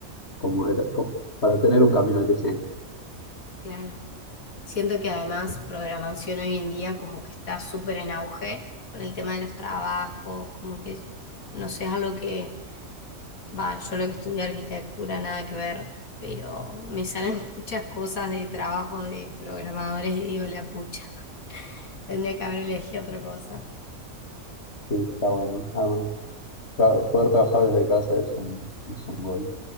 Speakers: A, on the left; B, on the left.
A: cómo era, cómo- para tener un camino al que seguir.
B: claro. Siento que además programación hoy en día como que está súper en auge con el tema de los trabajos, como que no sé, es algo que, va, yo lo que estudié arquitectura, nada que ver, pero me salen <laughs> muchas cosas de trabajo de programadores y digo, la pucha, tendría que haber elegido otra cosa.
A: Sí, está bueno. Ah, Claro, poder trabajar desde casa es un, es un gol